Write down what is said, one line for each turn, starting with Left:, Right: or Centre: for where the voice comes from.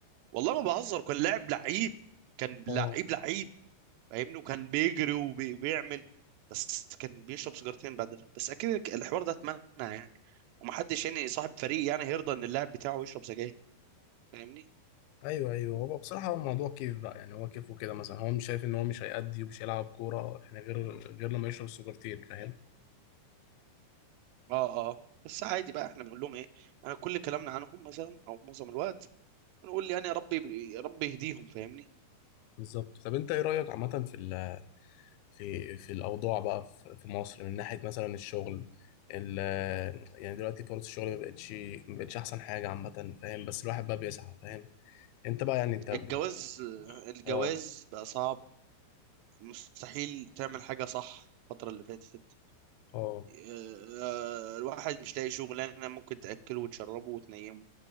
Right: والله ما بهزر كان لاعب لعيب كان
Left: اه
Right: لعيب لعيب فاهمني وكان بيجري وبيعمل بس كان بيشرب سيجارتين بعدها بس اكيد الحوار ده اتمنع يعني ومحدش يعني صاحب فريق يعني هيرضى ان اللاعب بتاعه يشرب سجاير فاهمني
Left: ايوه ايوه هو بصراحه هو الموضوع كيف بقى يعني هو كيف وكده مثلا هو مش شايف ان هو مش هيأدي ومش هيلعب كوره يعني غير غير لما يشرب السكرتين فاهم
Right: اه اه بس عادي بقى احنا بنقول لهم ايه انا كل كلامنا عنهم مثلا او معظم الوقت بنقول يعني يا رب يا رب يهديهم فاهمني
Left: بالظبط طب انت ايه رايك عامه في ال في في الاوضاع بقى في في مصر من ناحيه مثلا الشغل ال يعني دلوقتي فرص الشغل ما بقتش ما بقتش احسن حاجه عامه فاهم بس الواحد بقى بيسعى فاهم انت بقى يعني انت ب-
Right: الجواز الجواز
Left: اه
Right: بقى صعب مستحيل تعمل حاجة صح الفترة اللي فاتت
Left: اه
Right: آه، آه، الواحد مش لاقي شغلانة ممكن تأكله وتشربه وتنيمه